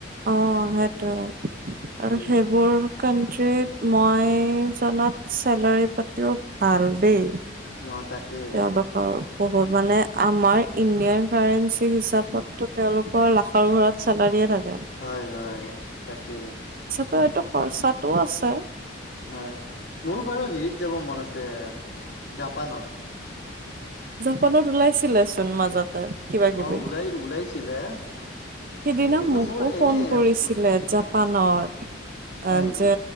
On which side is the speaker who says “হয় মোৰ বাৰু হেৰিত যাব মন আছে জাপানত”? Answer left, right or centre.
Left